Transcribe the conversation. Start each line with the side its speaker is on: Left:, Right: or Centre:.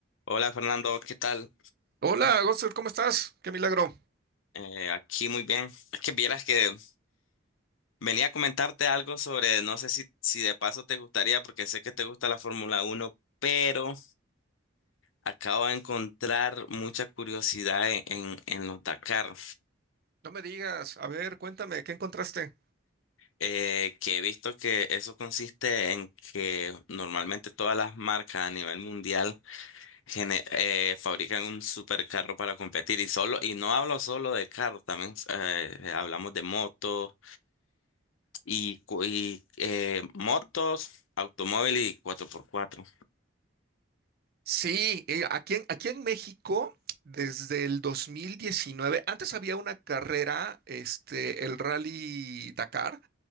Left: Hola Fernando, ¿qué tal?
Right: Hola, Gossel, ¿cómo estás? Qué milagro.
Left: Eh, aquí muy bien. Es que vieras que venía a comentarte algo sobre, no sé si, si de paso te gustaría, porque sé que te gusta la Fórmula Uno, pero acabo de encontrar mucha curiosidad en, en, en los Dakar,
Right: No me digas, a ver, cuéntame, ¿qué encontraste?
Left: eh, que he visto que eso consiste en que normalmente todas las marcas a nivel mundial gene- eh, fabrican un supercarro para competir y solo, y no hablo solo de carros, también eh, hablamos de motos y, cu- y, eh, motos, automóvil y cuatro por cuatro
Right: Sí, eh, aquí en, aquí en México, desde el 2019, antes había una carrera, este, el Rally Dakar,